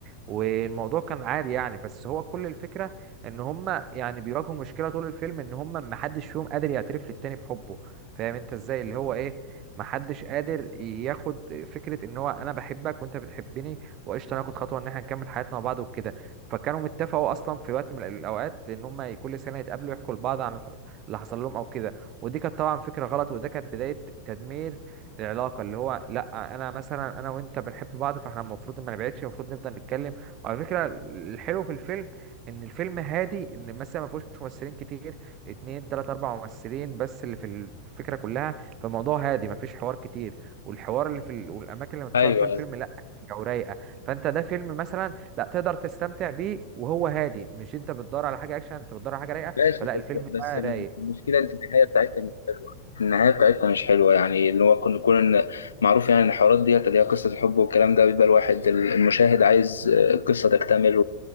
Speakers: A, on the right (about 35°); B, on the left (about 70°).
A: والموضوع كان عادي يعني بس هو كل الفكرة إن هما يعني بيواجهوا مشكلة طول الفيلم إن هما محدش فيهم قادر يعترف للتاني بحبه فاهم أنت إزاي اللي هو إيه محدش قادر ياخد فكرة إن هو أنا بحبك وأنت بتحبني وقشطة ناخد خطوة إن إحنا نكمل حياتنا مع بعض وكده فكانوا متفقوا أصلا في وقت من الأوقات إن هما كل سنة يتقابلوا يحكوا لبعض عن اللي حصل لهم او كده ودي كانت طبعا فكره غلط وده كانت بدايه تدمير العلاقه اللي هو لا انا مثلا انا وانت بنحب بعض فاحنا المفروض ما نبعدش المفروض نفضل نتكلم وعلى فكره الحلو في الفيلم ان الفيلم هادي ان مثلا ما فيهوش ممثلين كتير اتنين تلات اربع ممثلين بس اللي في الفكره كلها فالموضوع هادي ما فيش حوار كتير والحوار اللي في ال... والاماكن اللي متصور
B: ايوه
A: فيها الفيلم لا جو رايقه فانت ده فيلم مثلا لا تقدر تستمتع بيه وهو هادي مش انت بتدور على حاجه اكشن انت بتدور على حاجه رايقه
B: ماشي
A: فلا
B: بس
A: الفيلم
B: بس
A: بقى رايق
B: المشكله ان النهايه بتاعتها مش حلوه النهايه بتاعتها مش حلوه يعني اللي هو كنا نكون إن- معروف يعني إن الحوارات ديت اللي هي قصه الحب والكلام ده بيبقى الواحد المشاهد عايز آه، القصه تكتمل